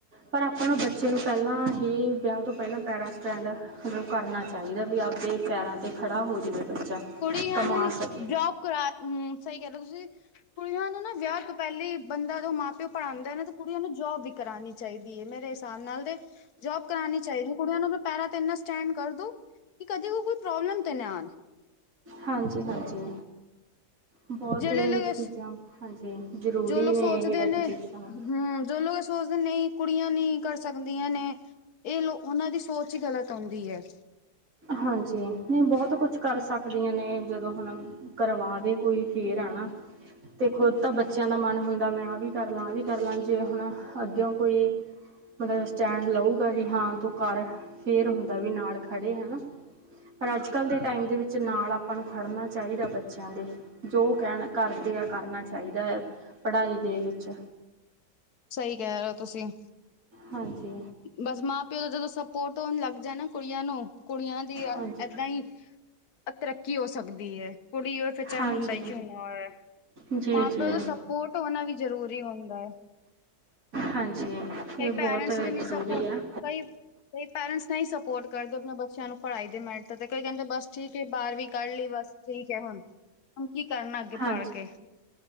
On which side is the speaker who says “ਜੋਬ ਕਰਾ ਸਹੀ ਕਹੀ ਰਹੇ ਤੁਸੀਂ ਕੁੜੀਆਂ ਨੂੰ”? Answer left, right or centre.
Left